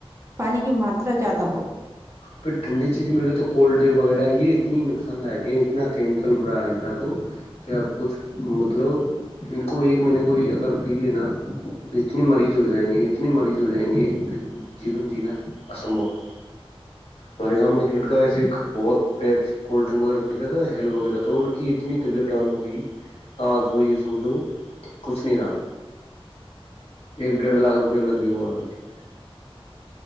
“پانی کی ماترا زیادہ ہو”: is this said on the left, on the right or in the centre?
Right